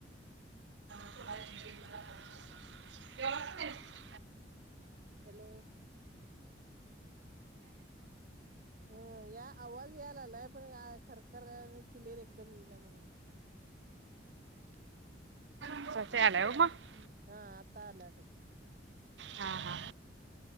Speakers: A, on the right (about 75°); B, on the right (about 50°).
A: <unintelligible> <unintelligible>
B: हॅलो हम्म, या आवाज याला आलाय, पण खरखर आणि क्लिअर एकदम येई ना म्हणून म्हणते.
A: <unintelligible>
B: हा आता आलाय बघ.
A: हा हा